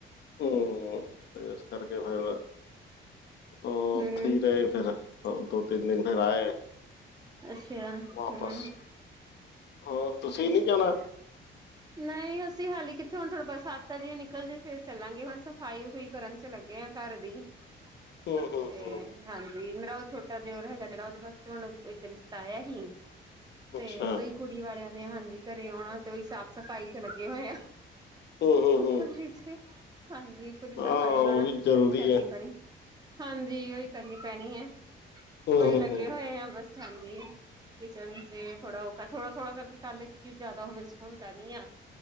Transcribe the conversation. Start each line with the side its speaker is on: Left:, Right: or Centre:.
Left: ਹੂੰ, ਤੇ ਇਸ ਕਰਕੇ ਫੇਰ ਓਹ
Right: ਹੂੰ
Left: ਓਥੇ ਈ ਰਏ ਫੇਰ। ਦੋ-ਤਿੰਨ ਦਿਨ ਫੇਰ ਆਏ
Right: ਅੱਛਾ
Left: ਵਾਪਸ
Right: ਹੂੰ
Left: ਹੋਰ ਤੁਸੀਂ ਨੀ ਜਾਣਾ?
Right: ਨਹੀਂ, ਅਸੀਂ ਹਾਲੀ ਕਿੱਥੇ ਹੁਣ ਥੋੜਾ ਬਰਸਾਤਾਂ ਜਿ ਨਿਕਲ ਜੇ ਫੇਰ ਚਲਾਂਗੀ ਹੁਣ ਸਫ਼ਾਈ ਵੁਫਈ ਕਰਨ ਚ ਲੱਗੇ ਆ ਘਰ ਦੀ।
Left: ਹੂੰ
Right: ਤੇ
Left: ਹੂੰ ਹੂੰ
Right: ਹਾਂਜੀ, ਮੇਰਾ ਓਹ ਛੋਟਾ ਦਿਓਰ ਹੈਗਾ ਜੇੜਾ, ਓਹਦੇ ਵਾਸਤੇ ਹੁਣ ਇੱਕ ਰਿਸ਼ਤਾ ਆਯਾ ਹੀ। ਤੇ
Left: ਅੱਛਾ
Right: ਓਹੀ ਕੁੜੀ ਵਾਲਿਆਂ ਨੇ ਹਾਂਜੀ ਘਰੇ ਔਣਾ ਤੇ ਓਹੀ ਸਾਫ਼-ਸਫ਼ਾਈ ਚ ਲੱਗੇ ਹੋਏ ਆ।
Left: ਹੂੰ ਹੂੰ
Right: ਉਪਰ-ਨੀਚੇ,
Left: ਹੂੰ
Right: ਹਾਜੀ। ਪੂਰੀ
Left: ਹਾਂ
Right: ਸਫ਼ਾਈ
Left: ਉਹ
Right: ਓਣਾ
Left: ਵੀ ਜ਼ਰੂਰੀ
Right: ਕਰਨੀ
Left: ਹੈ
Right: ਪੈਣੀ। ਹਾਂਜੀ, ਓਹੀ ਕਰਨੀ ਪੈਣੀ ਏ,
Left: ਹਾਂ
Right: ਓਹੀ ਲੱਗੇ ਹੋਏ ਆ ਬਸ ਹਾਂਜੀ। ਕਿਚਨ ਚੇ ਥੋੜ੍ਹਾ ਓਹ ਕ ਥੋੜਾ-ਥੋੜਾ ਕਰਕੇ ਕਰ ਲੇ ਕਿਉਂਕਿ ਜੈਦਾ ਮੇਰੇ ਸੇ ਹੁੰਦਾ ਨੀ ਆ।